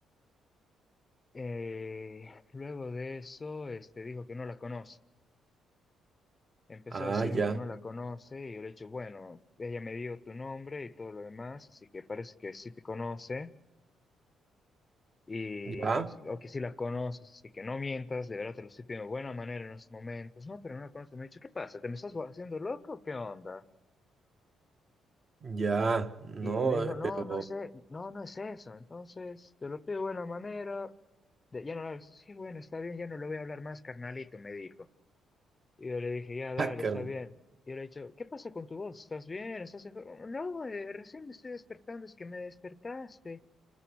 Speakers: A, on the left (about 30°); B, on the right (about 35°).
A: Eh, luego de eso, este, dijo que no la conoce. Empezó
B: Ah,
A: a decirme
B: ya,
A: que no la conoce y yo le he dicho, bueno, ella me dio tu nombre y todo lo demás, así que parece que sí te conoce y,
B: ya,
A: o, si- o que sí la conoces, así que no mientas, de verdad te lo estoy pidiendo de buena manera en estos momentos. No, pero no la conozco. Me ha dicho, ¿qué pasa? ¿Te me estás haciendo loco? ¿Qué onda?
B: ya, no,
A: Y me dijo,
B: eh,
A: no,
B: pero...
A: no es, e- no, no es eso. Entonces, te lo pido de buena manera. de- ya no, lo- sí, bueno, está bien, ya no lo voy a hablar más, carnalito, me dijo. Y yo le dije, ya, dale,
B: Ah, carne.
A: está bien. Y yo le he dicho, ¿qué pasa con tu voz? ¿Estás bien? ¿Estás enfermo? No, eh, recién me estoy despertando, es que me despertaste.